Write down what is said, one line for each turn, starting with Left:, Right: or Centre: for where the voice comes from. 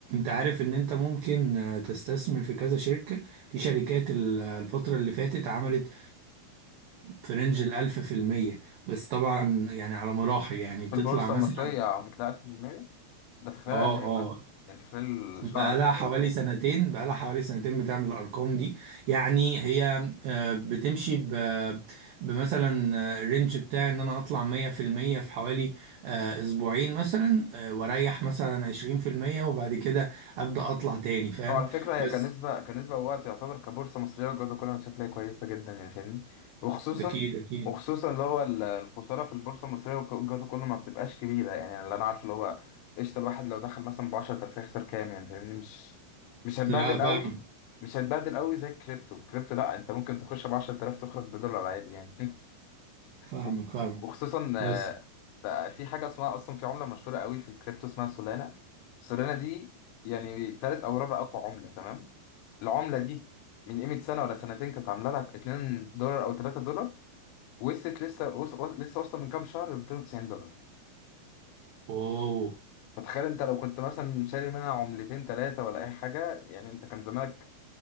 Right: عارف إن أنت ممكن آه، تستثمر في كذا شركة في شركات ال- آه، الفترة اللي فاتت عملت في رينج الألف في المية بس طبعا يعني على مراحل يعني بتطلع
Left: في البورصة
Right: مثلا
Left: المصرية عم بتلاقي 1000% ده في خلال
Right: اه
Left: قد إيه
Right: اه
Left: مثلا؟ يعني في خلال
Right: بقى
Left: شهر
Right: لها
Left: شهرين
Right: حوالي سنتين بقى لها حوالي سنتين بتعمل الأرقام دي يعني هي آه، بتمشي ب بمثلا آه، الرينج بتاعي إن أنا أطلع مية في المية في حوالي آه، أسبوعين مثلا آه، وأريح مثلا عشرين في المية وبعد كده أبدأ أطلع تاني فاهم
Left: طبعا على فكرة هي
Right: بس
Left: كنسبة كنسبة ووقت يعتبر كبورصة مصرية الجودة كلها أنا شايف لها كويسة جدا يعني فاهمني وخصوصا
Right: أكيد أكيد
Left: وخصوصا اللي هو ال- الخسارة في البورصة المصرية الجودة كلها ما بتبقاش كبيرة يعني يعني اللي أنا عارفه اللي هو قشطة الواحد لو دخل مثلا ب 10000 هيخسر كام يعني فاهمني مش مش هتبهدل
Right: لا فاهمك
Left: قوي مش هتبهدل قوي زي الكريبتو الكريبتو لا أنت ممكن تخش ب 10000 تخرج بدولار عادي يعني
Right: فاهمك
Left: و-
Right: فاهمك
Left: وخصوصا آه،
Right: بس
Left: بقى في حاجه اسمها اصلا في عمله مشهوره قوي في الكريبتو اسمها سولانا سولانا دي يعني تالت او رابع اقوى عمله تمام العمله دي من قيمه سنه ولا سنتين كانت عامله لها 2 دولار او 3 دولار وصلت لسه وص- وص- لسه واصله من كام شهر ل 290 دولار
Right: أوه
Left: فتخيل انت لو كنت مثلا شاري منها عملتين ثلاثه ولا اي حاجه يعني انت كان زمانك